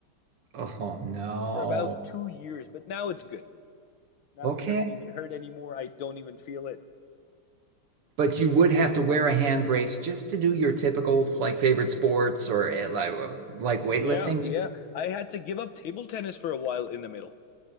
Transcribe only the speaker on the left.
for about two years. But now it's good. Now
it doesn't even hurt anymore. I don't even feel it.
Yeah, yeah. I had to give up table tennis for a while in the middle.